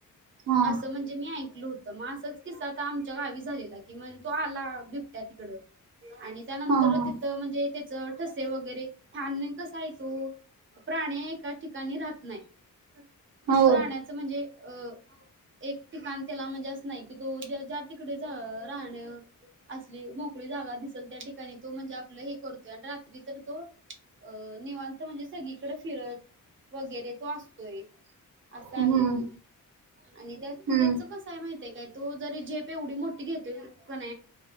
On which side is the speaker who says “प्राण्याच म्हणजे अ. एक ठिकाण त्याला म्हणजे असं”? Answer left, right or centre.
Right